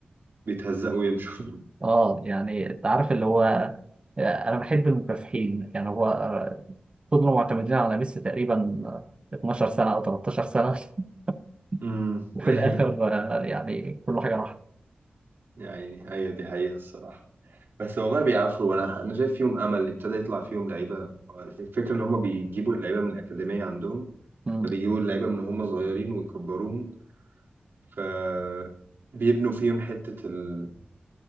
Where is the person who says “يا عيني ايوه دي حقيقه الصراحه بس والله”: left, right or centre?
Right